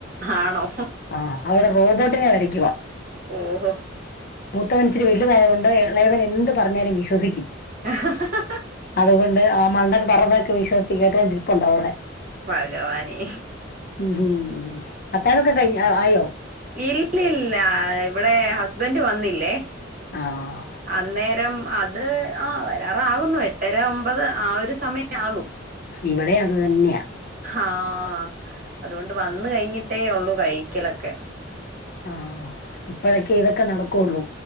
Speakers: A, on the right; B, on the left.
A: ആണോ
B: ആഹ് അവ്ടെ റോബോട്ടിനെ വരയ്ക്കുവാ.
A: ഓഹോ
B: മുത്തവൻ ഇച്ചിരി വലുതായതോണ്ട് എളയവൻ എന്ത് പറഞ്ഞാലും വിശ്വസിക്കും.
A: അഹഹഹ
B: അതുകൊണ്ട് ആ മണ്ടൻ പറഞ്തൊക്കെ വിശ്വസിച്ച്കേട്ടോണ്ടിരിപ്പുണ്ടവ്ടെ.
A: ഭഗവാനെ
B: ഉം ഉം അത്താഴൊക്കെ കഴിഞ്ഞേ ആയോ?
A: ഇല്ലല്ലില്ലാ ഇവടെ ഹസ്ബൻ്റ് വന്നില്ലേ.
B: ആഹ്
A: അന്നേരം അ ത് ആഹ് വരാറാകുന്നു എട്ടര ഒമ്പത് ആ ഒരു സമയാകും.
B: ഇവടി അത് തെന്നാ.
A: ആഹ് അതുകൊണ്ട് വന്ന് കഴിഞ്ഞിട്ടേ ഒള്ളൂ കഴിക്കലൊക്കെ.
B: ആഹ് ഇപ്പഴൊക്കെ ഇതൊക്കെ നടക്കുള്ളൂ.